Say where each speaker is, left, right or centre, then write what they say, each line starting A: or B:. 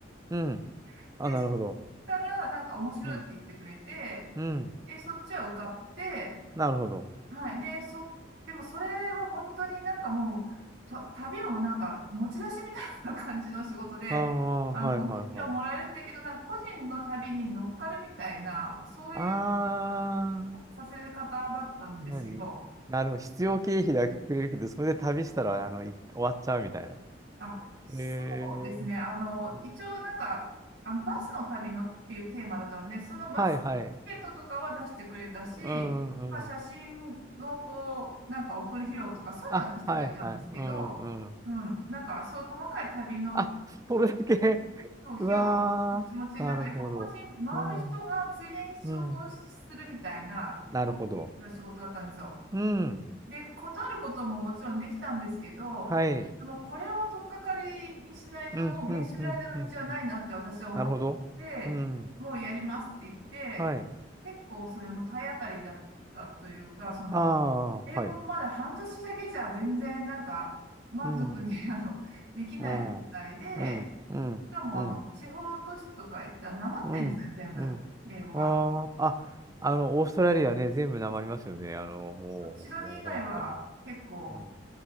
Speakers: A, on the right; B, on the right.
A: うん。
B: <laughs>
A: あ、
B: で、
A: なるほど。
B: そしたら、なんか面白いって言ってくれて、
A: うん。うん。
B: で、そっちは受かって、
A: なるほど。
B: はい。で、そ、でもそれは本当になんかもう、た旅もなんか持ち出しみたいな感じの仕事で、
A: ああ、
B: あの、
A: はいはいはい。
B: お給料もらえるんだけど、なんか個人の旅に乗っかるみたいな、そういう
A: ああ、
B: させ方だったんですよ。
A: 何なるほど。必要経費だけくれるけど、それで旅したら、あの、い終わっちゃうみたいな。
B: あ、そうですね。
A: ええ
B: あの、
A: うん
B: 一応なんか、あの、バスの旅のっていうテーマだったんで、そのバスチケットとかは出してくれたし、
A: はいはい。うんうん。
B: まあ、写真のこう、なんか送る費用とか、そういうのは出してくれたんですけど、
A: あ、はいはい。うんうん。
B: うん、なんかそういう細かい旅の、
A: あ、それだけ <laughs>
B: そう、費用はこっち持ちで、
A: うわー、
B: なんかやっぱ個人、
A: なるほど。
B: 回る人がついでに仕事をするみたいな、
A: うん、うん。なるほど。
B: タクシーの仕事だったんですよ。
A: うん。
B: で、断ることももちろんできたんですけど、
A: はい。
B: でもこれを取っかかりにしないともう編集ライターの道はないなって私は思って、
A: うん、うん、うん、うん。うんなるほど。うん。
B: もうやりますって言って、
A: はい。
B: 結構それも体当たりだったというか、その、
A: あ
B: 英語まだ半年だけじゃ全然なんか満足に
A: あ、はい。うん。
B: <laughs> あの、できない状態で、
A: うん、うん、うん、
B: しかもあの、
A: うん、
B: 地方都市とか行ったらなまってんですよね、
A: うん、
B: 全部、
A: うん。
B: 英語が。
A: ああ、あ、あの、オーストラリアね、全部なまりますよね。
B: も
A: あの、もう、
B: うシドニー以外は結構、
A: もう本当に。うん。